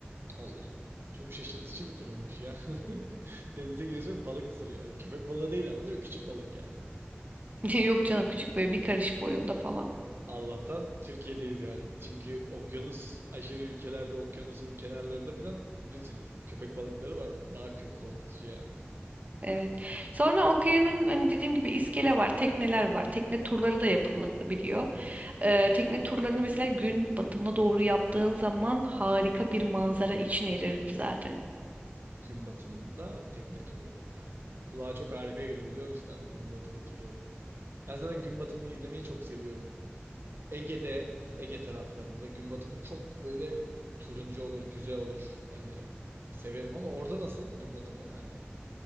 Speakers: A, on the right; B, on the right.
A: Allah Allah. Çok şaşırtıcı bir durummuş ya. <laughs> Denize giriyorsun ve balık ısırıyor. Yani köpek balığı değil ama değil mi? Küçük balık yani.
B: <laughs> Yok canım küçük böyle bir karış boyunda falan.
A: Allah'tan Türkiye'deyiz yani. Çünkü okyanus aşırı ülkelerde okyanusun kenarlarında falan biliyorsun köpek balıkları var. Daha çok korkutucu yani.
B: Evet. Sonra o kıyının hani dediğim gibi iskele var, tekneler var. Tekne turları da yapılabiliyor. Ee, tekne turlarını mesela gün batımına doğru yaptığın zaman harika bir manzara için erir zaten.
A: Gün batımında tekne turu. Yani kulağa çok harika geliyor biliyor musun? Yani gün batımı turu. Ben zaten gün batımını izlemeyi çok seviyorum. Ege'de, Ege taraflarında gün batımı çok böyle turuncu olur, güzel olur. Hani severim ama orada nasıl gün batımı? Hani